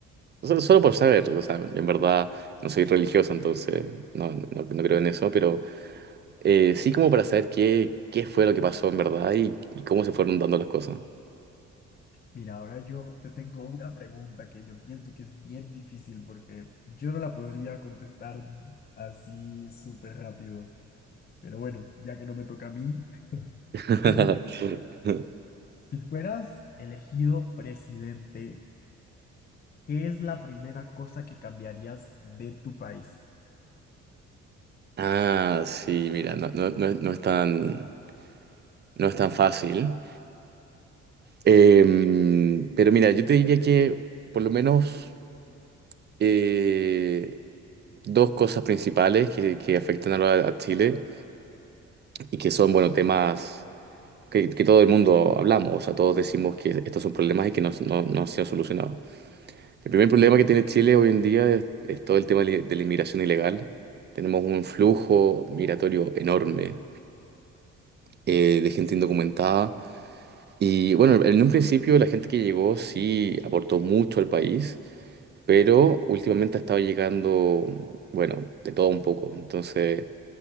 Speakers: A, on the right; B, on the left.
A: solo, solo por saber, o sea, en verdad no soy religioso, entonces no, no, no creo en eso, pero eh, sí como para saber qué, qué fue lo que pasó en verdad y, y cómo se fueron dando las cosas.
B: Mira, ahora yo te tengo una pregunta que yo pienso que es bien difícil porque yo no la podría contestar así súper rápido, pero bueno, ya que no me toca a mí,
A: <laughs>
B: <clears throat> si fueras elegido presidente, ¿qué es la primera cosa que cambiarías de tu país?
A: Ah, sí, mira, no, no, no es, no es tan, no es tan fácil. Em, pero mira, yo te diría que por lo menos eh, dos cosas principales que, que afectan a, la- a Chile. y que son, bueno, temas que, que todo el mundo hablamos, o sea, todos decimos que estos son problemas y que no, no, no han sido solucionados. El primer problema que tiene Chile hoy en día es, es todo el tema de, de la inmigración ilegal. Tenemos un flujo migratorio enorme eh, de gente indocumentada. Y bueno, en un principio la gente que llegó sí aportó mucho al país, pero últimamente ha estado llegando, bueno, de todo un poco. Entonces,